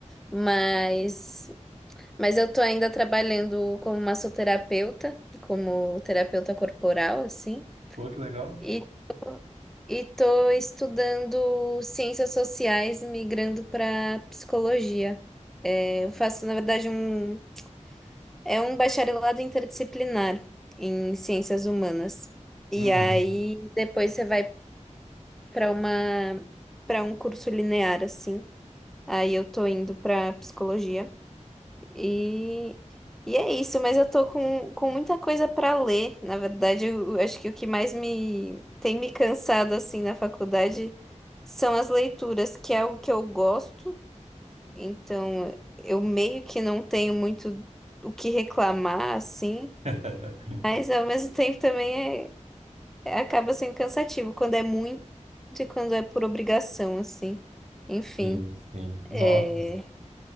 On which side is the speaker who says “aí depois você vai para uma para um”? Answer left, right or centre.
Centre